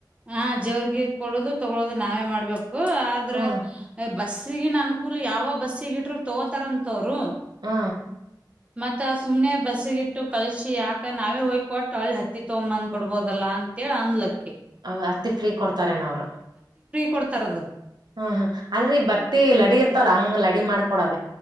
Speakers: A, on the right; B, on the right.
A: ಹಾ ಜೇವ್ರಿಗೆ ಕೊಡೋದು ತಗೊಳೋದು ನಾವೇ ಮಾಡ್ಬೇಕು ಆದ್ರ
B: ಹ್ಮ್
A: ಆ ಬಸ್ಸಿಗಿನ ಅನುಕೂಲ್ ಯಾವ ಬಸ್ಸಿಗಿನು ಇಟ್ರು ತೋಗೂತಾರಂತವ್ರು.
B: ಆ
A: ಮತ್ತ ಸುಮ್ನೆ ಬಸ್ಸಗಿಟ್ಟು ಕಳಶಿ ಯಾಕ್ ಕ ನಾವೇ ಹೋಗ್ ಕೊಟ್ ಹೂಳ್ ಹತ್ತಿ ತೊಗೋಬಂದ್ ಬಿಡ್ಬೋದಲ್ಲ ಅಂತ ಹೇಳ್ ಅನ್ಲಕ್
B: ಹ ಹತ್ತಿ ಫ್ರೀ ಕೊಡ್ತಾರೆನ ಅವ್ರು.
A: ಕೊಡ್ತಾರದ್
B: ಹ್ಮ್ ಹ್ಮ್ ಅಂದ್ರೆ ಬತ್ತಿ ಲಡಿ ಇರ್ತಲ್ಲ ಹಂಗ್ ಲಡಿ ಮಾಡ್ಕೊಡದ್.